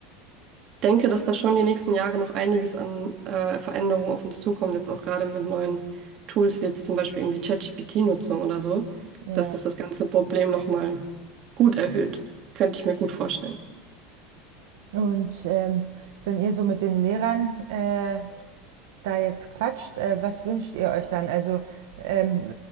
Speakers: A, on the right (about 40°); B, on the right (about 80°).
A: Denke, dass da schon die nächsten Jahre noch einiges an äh, Veränderungen auf uns zukommt, jetzt auch gerade mit neuen Tools wie jetzt zum Beispiel irgendwie ChatGPT-Nutzung oder so,
B: ja.
A: dass das das ganze Problem nochmal gut erhöht. Könnte ich mir gut vorstellen.
B: Und ähm, wenn ihr so mit den Lehrern äh, da jetzt quatscht, äh, was wünscht ihr euch dann? Also ähm,